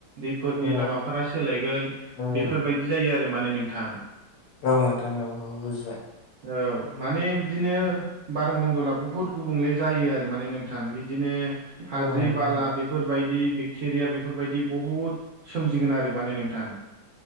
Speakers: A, on the right (about 70°); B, on the left (about 70°).
A: दैफोरनि
B: औ
A: लामाफोरा सोलायगोन
B: औ
A: बेफोरबायदि जायो आरो माने नोंथां।
B: औ नोंथां औ औ बुजिबाय।
A: औ माने बिदिनो बारमन्दला बुहुद गुबुंले जायो आरो माने नोंथां बिदिनो हाद्रि
B: औ नोंथां
A: बाला
B: औ
A: बे फोरबायदि बेक्टेरिया बेफोरबायदि बहुद सोमजिगोन आरो माने नोंथां।